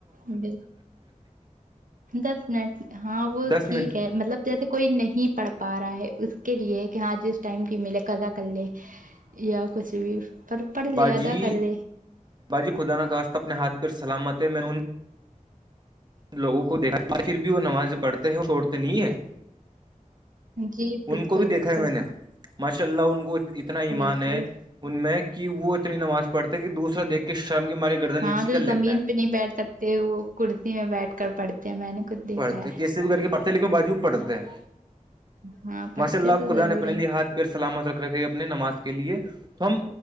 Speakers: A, on the right; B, on the right.
A: ب دس منٹ ہاں وہ
B: دس
A: ٹھیک
B: منٹ
A: ہے مطلب جیسے کوئی نہیں پڑھ پا رہا ہے اس کے لیے کہ ہاں جس ٹائم کی ملے کزا کل لے یا کچھ بھی پر پڑھ لے
B: باجی
A: ادا کر لے
B: باجی خدا نہ خاستہ اپنے ہاتھ پیر سلامت ہے میں نے ان لوگوں کو دیکھا اور پھر بھی وہ نمازیں پڑھتے ہیں وہ چھڑتے نہیں ہیں
A: جی
B: ان
A: بالکل
B: کو بھی دیکھا
A: بالکل
B: ہے میں نے ماشاء اللہ ان کو اتنا ایمان
A: بالکل
B: ہے ان میں کہ وہ اتنی نماز پڑھتا ہے کہ دوسرا دیکھ کے شرم کے مارے گردن نیچی
A: ہاں جو
B: کر لیتا
A: زمین
B: ہے
A: پہ نہیں بیٹھ سکتے وہ کرسی میں بیٹھ کر پڑھتے ہیں میں نے خود دیکھا
B: پڑتے
A: ہے
B: کیسے بھی کر کے پڑتے لیکن باجی پڑھتے ہیں
A: ہاں پڑھتے
B: ماشاء اللہ
A: تو
B: خدا
A: ضرور
B: نے اپنے
A: ہیں
B: لیے ہاتھ پیر سلامت رکھ رکھے اپنے نماز کے لیے تو ہم